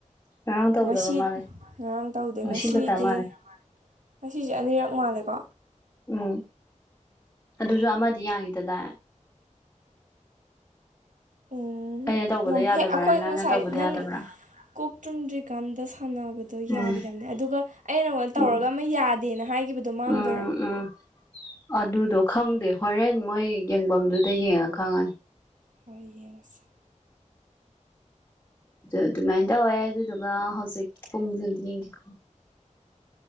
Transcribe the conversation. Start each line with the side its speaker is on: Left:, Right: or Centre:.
Left: ꯉꯔꯥꯡ ꯇꯧꯗꯕ
Right: ꯉꯁꯤ
Left: ꯃꯥꯜꯂꯦ
Right: ꯉꯔꯥꯡ ꯇꯧꯗꯦ
Left: ꯉꯁꯤ
Right: ꯉꯁꯤꯗꯤ
Left: ꯈꯛꯇ ꯃꯥꯜꯂꯦ
Right: ꯉꯁꯦ ꯑꯅꯤꯔꯛ ꯃꯥꯜꯂꯦ <unintelligible>
Left: ꯎꯝ ꯑꯗꯨꯁꯨ ꯑꯃꯗꯤ ꯌꯥꯈꯤꯗꯗꯥꯏ
Right: ꯎꯝ
Left: ꯑꯩꯅ ꯇꯧꯕꯗ
Right: ꯎꯝ
Left: ꯌꯥꯗꯕ꯭ꯔꯥ
Right: ꯍꯦꯛ ꯑꯩꯈꯣꯏ
Left: ꯅꯪꯅ
Right: ꯉꯁꯥꯏ
Left: ꯇꯧꯕꯗ
Right: ꯅꯪ
Left: ꯌꯥꯗꯕ꯭ꯔꯥ
Right: ꯀꯣꯛ ꯇꯨꯝꯗ꯭ꯔꯤꯀꯥꯟꯗ ꯁꯥꯟꯅꯕꯗꯣ ꯌꯥꯈꯤꯗꯕꯅꯦ
Left: ꯎꯝ
Right: ꯑꯗꯨꯒ ꯑꯩ ꯅꯉꯣꯟꯗ ꯇꯧꯔꯒ
Left: ꯎꯝ
Right: ꯑꯃ ꯌꯥꯗꯦꯅ ꯍꯥꯏ ꯍꯥꯏꯈꯤꯕꯗꯨꯣ ꯃꯥꯡꯗꯣꯏꯔ
Left: ꯎꯝ ꯎꯝ ꯑꯗꯨꯗꯣ ꯈꯪꯗꯦ ꯍꯣꯔꯦꯟ ꯃꯣꯏ ꯌꯦꯡꯐꯝꯗꯨꯗ ꯌꯦꯡꯉ ꯈꯪꯉꯅꯤ
Right: ꯍꯣꯏ ꯌꯦꯡꯉꯁꯤꯦ
Left: ꯑꯗꯨꯃꯥꯏꯅ ꯇꯧꯋꯦ ꯑꯗꯨꯗꯨꯒ ꯍꯧꯖꯤꯛ ꯄꯨꯡꯁꯤ ꯑꯝꯇ ꯌꯦꯡꯒꯀꯣ